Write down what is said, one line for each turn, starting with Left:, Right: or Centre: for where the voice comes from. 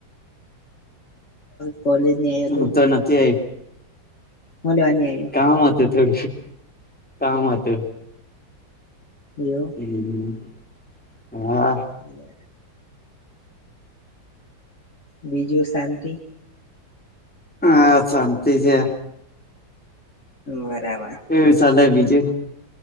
Left: કોલેજ ની
Centre: હું
Left: હતુ
Centre: તો નથી આઈ
Left: હુ લેવા ની આયો
Centre: કામ હતુ થોડી કામ હતુ
Left: એવુ
Centre: હમ્મ હા
Left: બરા બીજું શાંતિ
Centre: હા શાંતી છે.
Left: બરાબર.
Centre: એવી ચાલે બીજે